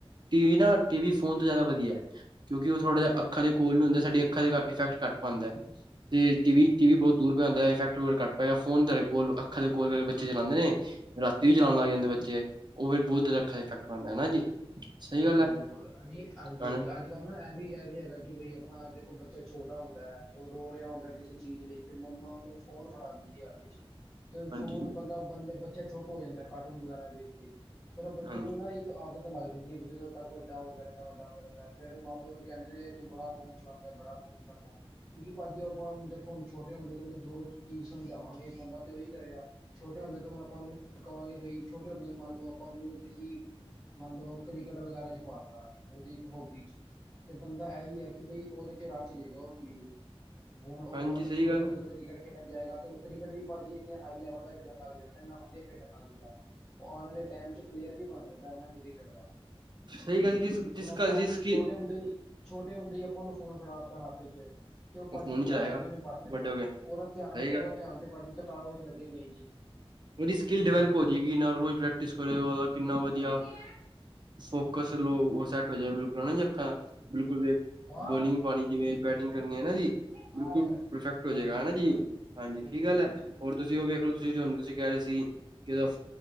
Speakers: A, on the right; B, on the left.
A: ਟੀ ਵੀ ਨਾ ਟੀ ਵੀ ਫੋਨ ਤੋਂ ਜ਼ਿਆਦਾ ਵਧੀਆ। ਕਿਉਂਕਿ ਉਹ ਥੋੜ੍ਹਾ ਜਿਹਾ
B: ਬਿਲਕੁਲ
A: ਅੱਖਾਂ
B: ਬਿਲਕੁਲ
A: ਦੇ ਕੋਲ ਨੀ ਹੁੰਦਾ ਸਾਡੀ ਅੱਖਾਂ ਦੇ ਇਫੈਕਟ ਘੱਟ ਪਾਂਦਾ, ਤੇ ਟੀ ਵੀ,
B: ਹਾਂਜੀ
A: ਟੀ ਵੀ ਬਹੁਤ ਦੂਰ ਪਿਆ ਹੁੰਦਾ, ਇਫੈਕਟ ਘੱਟ ਪਏ ਫੋਨ ਤੇ ਹੋਏ ਕੋਲ ਅੱਖਾਂ ਦੇ ਕੋਲ ਕਰਕੇ ਬੱਚੇ ਚਲਾਉਂਦੇ ਨੇ, ਰਾਤੀ ਵੀ ਚਲਾਉਣ ਲੱਗ ਜਾਂਦੇ ਬੱਚੇ ਉਹ ਫੇਰ ਬਹੁਤ ਤੇ ਅਖਾ ਤੇ ਇਫੈਕਟ ਪੈੰਦਾ ਹਨਾ ਜੀ, ਸਹੀ
B: ਬਿਲਕੁਲ
A: ਗੱਲ ਹੈ।
B: ਬਿਲਕੁਲ ਨਹੀਂ ਹਾਂਜੀ ਹਾਂਜੀ
A: ਹਨਾ
B: ਅੱਜ- ਕੱਲ ਨਾ, ਐਹ ਵੀ, ਐਹ ਵੀ ਹੈਗਾ ਕਿ ਬਈ ਆਪਣਾ ਦੇਖੋ ਬੱਚਾ ਛੋਟਾ ਹੁੰਦਾ ਹੈ ਉਹ ਰੋ ਰਿਹਾ ਹੁੰਦਾ ਕਿਸੀ ਚੀਜ਼ ਲਈ 'ਤੇ ਮੰਮਾ ਉਨੂੰ ਫੋਨ ਫੜਾਂਦੀ ਐ ਹਥ 'ਚ, ਤੇ
A: ਹਾਂਜੀ
B: ਫੋਨ ਬੰਦਾ- ਬੰਦੇ ਬੱਚੇ ਚੁੱਪ ਹੋ ਜਾਂਦੈ ਕਾਰਟੂਨ ਵਗੈਰਾ ਵੇਖ ਕੇ, ਫਿਰ ਉਹ ਬੱਚੇ
A: ਹਾਂਜੀ
B: ਨੂੰ ਨਾ ਇੱਕ ਆਦਤ ਲਗ ਜਾਂਦੀ ਐ, ਜਦੋ ਤੱਕ ਉਹ ਵਡਾ ਹੁੰਦਾ ਰੈਂਦਾ, ਵਡਾ ਹੁੰਦਾ ਰੈਂਦਾ, ਫਿਰ ਮਾਂ- ਪਿਓ ਉਨੂੰ ਕੈਂਦੇ ਨੇ, ਤੂੰ ਬੜਾ ਫੋਨ ਚਲਾਦੈ, ਬੜਾ ਮੋਜ ਕਰਨੈ। ਕਿਉਂਕਿ ਭਾਜੀ, ਉਹ ਆਪਾਂ ਦੇਖੋ, ਛੋਟੇ ਹੁੰਦੇ 'ਤੇ ਉਨੂੰ ਜੋ ਚੀਜ਼ ਸਮਝਾਵਾਂਗੇ, ਬੰਦਾ ਤੇ ਓਈ ਕਰੇਗਾ। ਛੋਟੇ ਹੁੰਦੇ 'ਤੇ ਹੁਨ ਆਪਾਂ ਉਨੂੰ, ਕਵਾਂਗੇ ਬਈ, ਛੋਟੇ ਹੁੰਦੇ ਮੰਨ ਨੂੰ ਆਪ ਆਪ ਨੂੰ ਤੁਸੀਂ, ਮੰਨ ਲਓ ਕ੍ਰਿਕਟ ਵਗੈਰਾ 'ਚ ਪਾਤਾ, ਉਦੀ ਇੱਕ ਹੋਬੀ ਚ 'ਤੇ ਬੰਦਾ ਐਈ ਐ ਕਿ ਬਈ ਓਦੇ 'ਚ ਰਚ ਜੇਗਾ ਉਹ ਚੀਜ਼ 'ਚ, ਹੁਨ ਉਹ
A: ਹਾਂਜੀ
B: ਮੰਨ ਲਓ
A: ਸਹੀ
B: ਛੋਟੇ
A: ਗੱਲ
B: ਹੁੰਦੇ ਤੋ ਕਦੀ ਕ੍ਰਿਕਟ ਖੇਡਨ ਜਾਏਗਾ 'ਤੇ ਉਹ ਕ੍ਰਿਕਟ ਵੀ ਭਾਜੀ, ਇੰਨੇ ਹਾਈ ਲੈਵਲ 'ਤੇ ਖੇਡਨ ਲੱਗ ਜਾਏਗਾ, ਇੰਨਾ ਵਦੀਆ ਖੇਡਨ ਲਗ ਜਾਏਗਾ। ਆਉਨ ਵਾਲੇ ਟੈਮ 'ਚ ਪਲੇਅਰ ਵੀ ਬਨ ਸਕਦਾ, ਅਪਨਾ ਕ੍ਰਿਕਟ ਦਾ।
A: ਸਹੀ ਗੱਲ ਜਿਸ ਜਿਸ
B: ਹੁਨ ਆਪਾਂ
A: ਘਰ
B: ਉਨੂੰ
A: ਜਿਸ
B: ਛੋਟੇ
A: ਕੀ
B: ਹੁੰਦੇ ਹੀ ਛੋਟੇ ਹੁੰਦੇ ਈ ਆਪਾਂ ਉਨੂੰ ਫੋਨ ਫੜਾ ਦਿੱਤਾ ਹੱਥ 'ਚ। 'ਤੇ ਉਹ ਭਾਜੀ,
A: ਫੋਨ
B: ਕਿਤਾਬ
A: ਹੀ ਚਲਾਏਗਾ
B: ਕਿਵੇਂ ਪੜ੍ਹ ਲੇਗਾ?
A: ਵੱਡੇ ਹੋ ਕੇ
B: ਓਦਾ ਧਿਆਨ,
A: ਸਹੀ ਗੱਲ
B: ਓਦਾ ਧਿਆਨ 'ਤੇ ਭਾਜੀ, ਕਿਤਾਬ ਵਿੱਚ ਲੱਗੇਗਾ ਈ ਨੀ।
A: ਓਦੀ ਸਕਿੱਲ ਡਿਵੈਲਪ ਹੋ ਜੇਗੀ, ਇੰਨਾ ਰੋਜ਼ ਪ੍ਰੈਕਟਿਸ ਕਰੇਗਾ, ਓਦਾ ਕਿੰਨਾ ਵਦੀਆ
B: ਹਾਂਜੀ
A: ਫੋਕਸ ਲੋਗ ਉਹ ਸੈੱਟ ਹੋ ਜਾਵੇ, ਬਿਲਕੁਲ ਪੁਰਾਨੀ ਨੀ ਅੱਖਾਂ, ਬਿਲਕੁਲ,
B: ਹਾਂ
A: ਬੋਲਿੰਗ ਪਾਨੀ ਜਿਵੇਂ <unintelligible> ਬੈਟਿੰਗ ਕਰਨੀ ਐ ਨਾ ਜੀ,
B: ਆ
A: ਬਿਲਕੁਲ
B: ਰਿਹਾ ਰਿਹਾ
A: ਪਰਫੈਕਟ ਹੋ
B: ਹਾਂਜੀ
A: ਜਾਏਗਾ, ਹੈ
B: ਹਾਂਜੀ
A: ਨਾ ਜੀ?
B: ਭਾਜੀ
A: ਹਾਂਜੀ,
B: ਬਿਲਕੁਲ
A: ਕੀ ਗੱਲ
B: ਬਿਲਕੁਲ
A: ਐ? ਹੋਰ ਤੁਸੀਂ ਉਹ ਵੇਖ ਲੋ, ਤੁਸੀਂ ਜੋ ਹੁਨ ਤੁਸੀਂ ਕੈਅ ਰੇ ਸੀ, ਕਿ ਰਫ